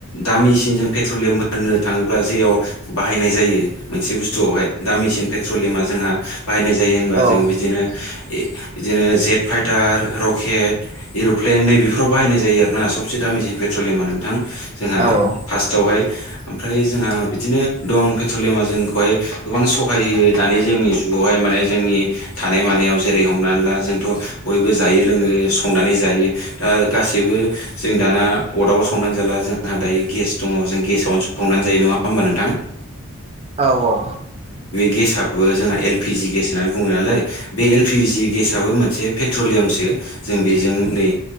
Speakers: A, on the left (about 80°); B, on the right (about 25°).
A: दामिसिनजों पेट्रलियाम होननो थाङोब्ला जेयाव बाहायनाय जायो। मोनसे बुस्थुआवहाय दा मेसिन पेट्रलियमा जोंहा बाहायनाय जायो होनबा
B: औ
A: जों बिदिनो
B: <unintelligible>
A: बिदिनो जेट फाइटार रकेट एर'प्लेन नैबेफोराव बाहायनाय जायो आरोना सबसे दामिसेन पेट नोंथां जोंहा
B: औ औ
A: फार्टआवहाय ओमफ्राय जोंहा बिदिनो दं। धमा जोंखौहाय गोबां सहाय होयो दानि जोंनि जुगावहाय माने जोंनि थानाय मानायाव जेरै हमनानै ला जोंथ' बयबो जायो लोङो संनानै जायो दा गासैबो जों दाना ा अरदाबाव संनानै जाला जोंहा दायो गेस दङ जों गेसावनो संनानै जायो नङा होमबा नोंथां?
B: औ औ
A: गेसाबबो जोंना एलपिजि गेस होननानै बुङो नालाय बे एलपिजि गेसआबो मोनसे पेट्रलियामसो जों बेजों नै